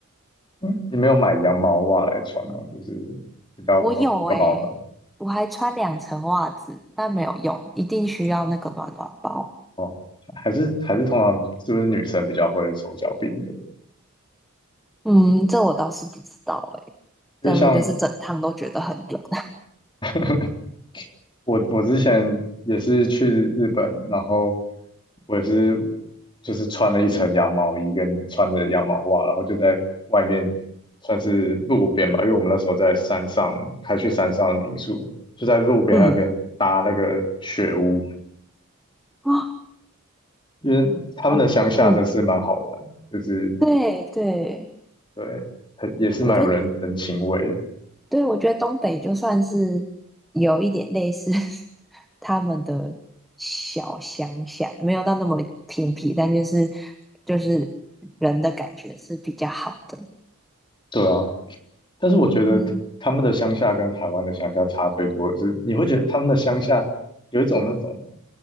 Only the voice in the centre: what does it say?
我有诶、
我还穿两层袜子，但没有用，一定需要那个暖暖包。
嗯，这我倒是不知道诶、
但是就是整趟都觉得很冷。
<laughs> 嗯啊，
哦，嗯，
对对，
我觉得对，我觉得东北就算是有一点类似 <laughs> 他们的小乡下，没有到那么偏僻，但就是就是人的感觉是比较好的。
嗯，